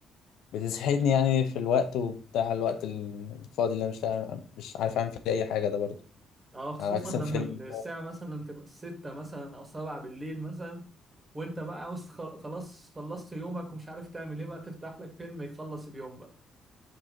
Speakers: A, on the left (about 80°); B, on the right (about 25°).
A: بتسعدني يعني في الوقت وبتاع الوقت الفاضي اللي أنا مش لاقي- مش عارف اعمل فيه اي حاجه ده برضو
B: اه خصوصا
A: على عكس
B: لما
A: الفيلم
B: الساعة مثلا تبقى الستة مثلا او سبعة بالليل مثلا وانت بقى عاوز خ- خلاص خلصت يومك ومش عارف تعمل ايه بقى تفتح لك فيلم يخلص اليوم بقى